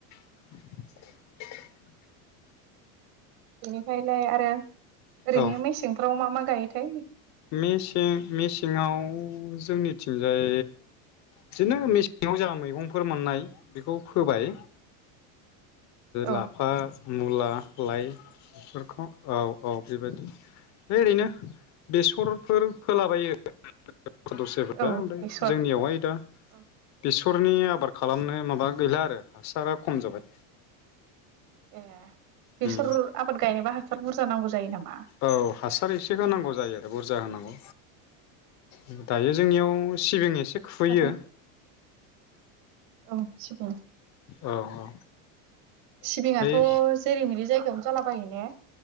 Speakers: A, on the left; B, on the right.
A: <unintelligible>
B: बेनिखायलाय आरो ओरैनो
A: औ
B: मेसेंफ्राव मा मा गायो? थाय
A: मेसें मेसेंङाव जोंनि थिंजाय बिदिनो मेसेङाव जाों मैगंफोर मोननाय बेखौ फोबाय।
B: औ
A: लाफा मुला लाइ बेफोरखौ औ औ बेबायदि बे ओरैनो बेसरफोर फोलाबायो। द दस्राफोरा
B: औ
A: ओमफ्राय
B: बेसर
A: जोंनियावहाय दा
B: औ
A: बिस बेरनि आबाद खालामनो माबा गैला आरो हासारा खम जाबाय।
B: ए बेसर
A: उम
B: आबाद गायनोबा हासार बुरजा नांगौ जायो नामा?
A: औ हासार एसे होनांगौ जायो बुरजा होनांगौ। उम। दायो जोंनियाव सिबिं एसे खुयो।
B: दानि औ सिबिं
A: औ औ।
B: सिबिङाथ'
A: ओमफ्राय
B: जेरै मेरै जायगायावनो जाला बायो ने?